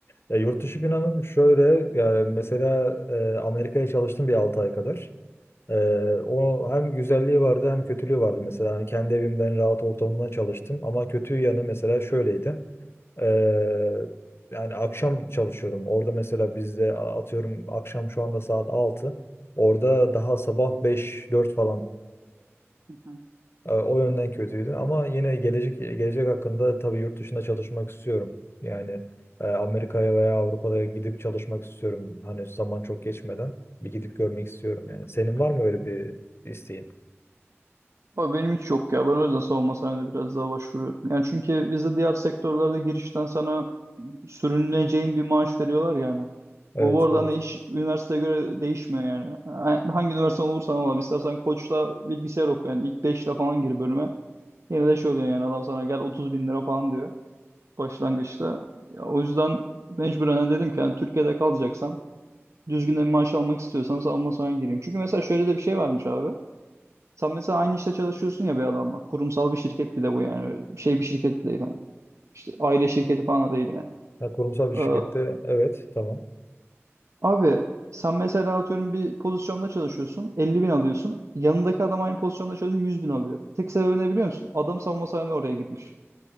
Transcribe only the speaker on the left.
Ya yurt dışı planım şöyle. Ya mesela e, Amerika'ya çalıştım bir 6 ay kadar. Ee, o hem güzelliği vardı hem kötülüğü vardı mesela. Hani kendi evimden rahat ortamımda çalıştım ama kötü yanı mesela şöyleydi. Ee, yani akşam çalışıyordum. Orada mesela bizde a- atıyorum akşam şu anda saat altı Orada daha sabah beş dört falan
e, O yönden kötüydü ama yine gelecek gelecek hakkında tabii yurt dışında çalışmak istiyorum. Yani e, Amerika'ya veya Avrupa'ya gidip çalışmak istiyorum. Hani zaman çok geçmeden bir gidip görmek istiyorum yani. Senin var mı öyle bir isteğin?
Evet,
evet.
Ha, kurumsal bir
şirkette evet, tamam.